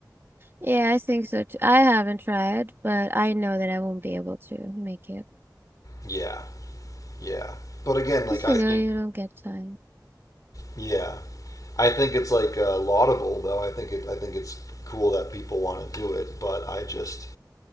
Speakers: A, on the right; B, on the left.
A: Yeah, I think so too. I haven't tried, but I know that I won't be able to make it.
B: Yeah, yeah. But again,
A: Because
B: like I
A: you
B: think,
A: know, you don't get time.
B: yeah, I think it's like uh, laudable though. I think it. I think it's cool that people want to do it, but I just